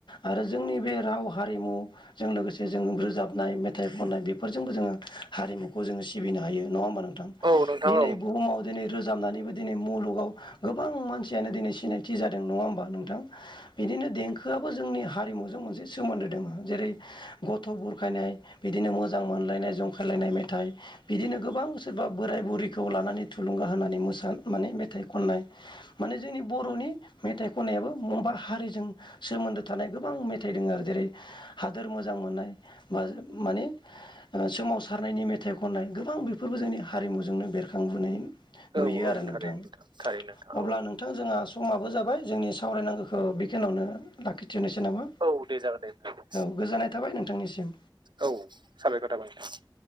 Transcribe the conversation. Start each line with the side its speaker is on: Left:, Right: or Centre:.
Left: आरो जोंनि बे राव हारिमुजों लोगोसे जों रोजाबनाय मेथाइ खननाय बेफो रजोंबो जोङो हारिमुखौ जोङो सिबिनो हायो नङा होमबा नों थां
Right: औ नोंथां
Left: दिनै
Right: औ
Left: बुहुमाव दिनै रोजाबनानैबो दिनै मुलुगाव गोबां मानसियानो दिनै सिनायथि जादों नङा होमबा नोंथां। बिदिनो देंखोआबो जोंनि हारिमुजों मोनसे सोमोन्दो दोङ जेरै गथ' बुरखायनाय। बिदिनो मोजां मोनलायनाय जंखायलायनाय मेथाइ। बिदिनो गोबां सोरबा बोराय बुरिखौ लानानै थुलुंगा होनानै मोसा माने मेथाइ खननाय। माने जोंनि बर'नि मेथाइ खननायाबो मबेबा हारि जों सोमोन्दो थानाय गोबां मेथाइ दोङो आरो जेरै हादोर मोजां मोननाय बा माने ओ सोमावसारनायनि मेथाइ खननाय गोबां बेफोरबो जोंनि हारिमुजोंनो बेरखां थांबोनाय नुयो
Right: औ औ
Left: आरो नोंथां
Right: थारैनो थारैनो नोंथां
Left: अब्ला
Right: औ
Left: नों थां जोंहा समाबो जाबाय जोंनि सावरायनांगौखौ बेखिनावनो लाखिथनोसै नामा।
Right: औ दे जागोन दे नोंथां
Left: औ गोजोननाय थाबाय नोंथांनिसिम।
Right: औ साबायखर थाबाय नोंथां।